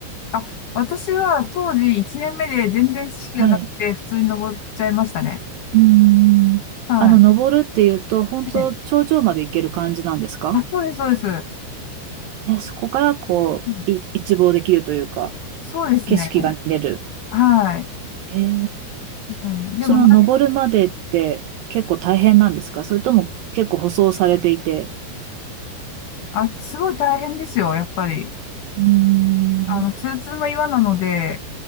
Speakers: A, on the left; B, on the right.
A: あ、私は当時1年目で全然知識がなくて、
B: はい。
A: 普通に登っちゃいましたね。
B: うーん。
A: は
B: あの、登るっていうと、本当頂上まで行ける感じなんですか
A: い。ええあ、そうです、そうです。
B: え、そこからこう、
A: うん
B: い一望できるというか、
A: そうですね。
B: 景色が見れる。
A: はい。
B: へえ。
A: うん、でも何にも、
B: その登るまでって結構大変なんですかそれとも結構舗装されていて。
A: あ、すごい大変ですよ、やっぱり。
B: うーん。
A: あの、ツルツルの岩なので、